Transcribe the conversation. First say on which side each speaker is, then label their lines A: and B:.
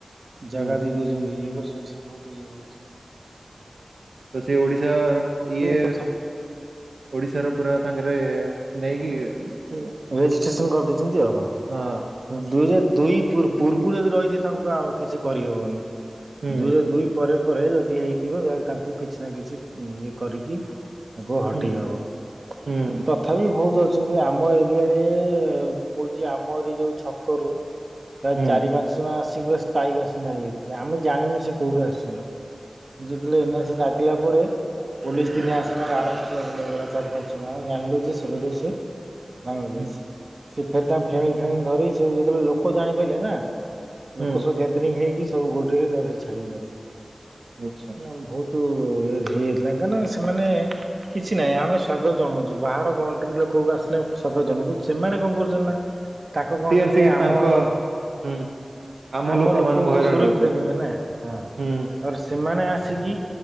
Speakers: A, on the right (about 55°); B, on the right (about 80°).
A: ଜାଗା
B: ହୁଁ।
A: ଦେଇ ଦଉଛନ୍ତି ଇଏ କରିଦେଉଛନ୍ତି <unintelligible>
B: ତ ସେ ଓଡିଶାାର ଇଏ
A: କଥା
B: ଓଡିଶାରେ ପୁରା ତାଙ୍କେରେ ମାନେ ଏଇ
A: ରେଜିଷ୍ଟ୍ରେସନ କରିଦେଇଛନ୍ତି ଆଉ
B: ହଁ
A: <unintelligible> ଦୁଇ ପୂର୍ବରୁ ଯଦି ରହିଚି ତାଙ୍କୁ ତ ଆ କିଛି କରିହେବନି
B: ହୁଁ
A: ଦୁଇରେ ଦୁଇ ପରେ ପରେ ଯଦି ହେଇଥିବ ତାହେଲେ ତାଙ୍କୁ କିଛି ନା କିଛି ଇଏ କରିକି ତାକୁ ହଟେଇ
B: ହୁଁ
A: ହବ
B: ହୁଁ
A: ତଥାପି ବହୁତ ଅ ଆଛନ୍ତି ଆମ ଏରିଆରେ ମୁଁ କହୁଛି ଆମ ଏରି ଯଉ ଛକରୁ ପ୍ରାୟ
B: ହୁଁ
A: ଚାରି ପାଞ୍ଚ ଜଣ ଆସିକି ପୁରା ସ୍ଥାୟୀ ବାସିନ୍ଦ ହେଇଯାଇଥିଲେ ଆମେ ଜାଣିନୁ ସେ କୋଉଠି ଆସିଛନ୍ତି। ଯେତଥିଲେ ଏନ ଗିଲା ପରେ ପୋଲିସ ଦିନେ ଆସି ତାଙ୍କୁେ ଆରେଷ୍ଟ କରିନିଗଲା ଚାରି ପାଞ୍ଚେ ଜାଣିଲୁ ଯେ ସେବେଠୁ ସେ ବାଂଲାଦେଶ
B: ହୁଁ
A: ସ ଫ ଫ୍ୟାମିଲି ଫୋମିଲ ଧରି ସୁ ଯେତେବେଳେ ଲୋକ ଜାଣିପାରିଲେ ନା
B: ହୁଁ
A: ଲୋକ ସବୁ ଗ୍ୟାଦରିଂ ହେଇକି ସବୁ ଗୋଡରେ ତାର ସେ ଛାଡି ଗଲେ।
B: ଆଚ୍ଛା।
A: ନା ବହୁତ ଯାଇଥିଲା କାଁନା ସେମାନେ କିଛି ନାହିଁ ଆମେ ସ୍ଵାଗତ ଜଣାଉଚୁ, ବାହାର କଣ୍ଟ୍ରି ଲୋକକୁ ଆ ଆସିଲା ସଦର ଜଣଙ୍କୁ ସେମାନେ କଣ କରୁଛନ୍ତି ନା ତାଙ୍କ କଣ୍ଟ୍ରିରେ
B: ସିଏ ଆସିକି
A: ଆମ
B: ତାଙ୍କ
A: ହଁ
B: ହୁଁ
A: ଆମ
B: ଲୋକମାନଙ୍କୁ
A: ଲୋକକୁ ତ
B: ହଇରାଣ
A: ସୁରକ୍ଷିତ
B: କରୁଚେ।
A: ନୁହେଁ ନା ହଁ
B: ହୁଁ
A: ତାପରେ ସେମାନେ ଆ ସି କିି